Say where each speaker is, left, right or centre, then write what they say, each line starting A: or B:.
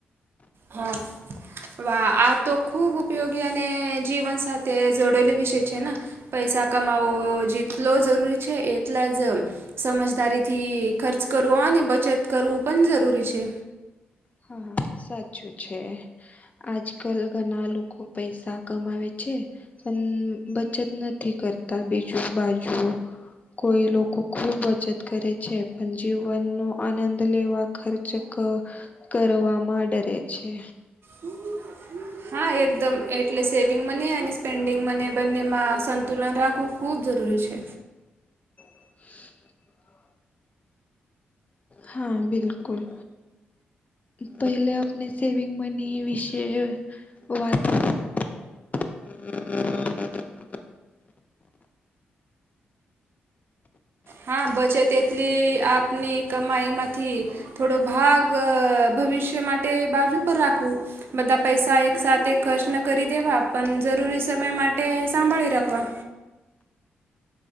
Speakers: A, on the right (about 55°); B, on the left (about 35°).
A: હા વા આ તો ખુબ ઉપયોગી અને જીવનસા તે જોડવલી વિષય છે પૈસા કમાવો જિતલો જરૂરી છે એટલા જ સમજદારી થી ખર્ચ કરવો અને બચત કરવું પણ જરૂરી છે.
B: હા સાચું છે. આજ કલ ઘણા લોકો પૈસા કમાવે છે. પણ બચત નથી કરતા બીજું બાજુ જો કોઈ લોકો ખૂબ બચત કરે છે. પણ જીવનનો આનંદ લેવા ખર્ચ કર કરવામાં ડરે છે.
A: હ <unintelligible> હા એકદમ એટલે સેવિંગ મને અને સ્પેન્ડિંગ મને બંનેમાં સંતુલન રાખવું ખૂબ જરૂરી છે.
B: <unintelligible> હા બિલકુલ. પહેલે આપણે સેવિંગ મની વિશે વા <unintelligible>
A: હા બચત એટલી આપની કમાઈમાંથી થોડો ભાગ ભવિષ્ય માટે બાજુ પર રાખવું. બધા પૈસા એક સાથેથે ખર્ચ ના કરી દેવા પણ જરૂરી સમય માટે સાંભળી રાખવા.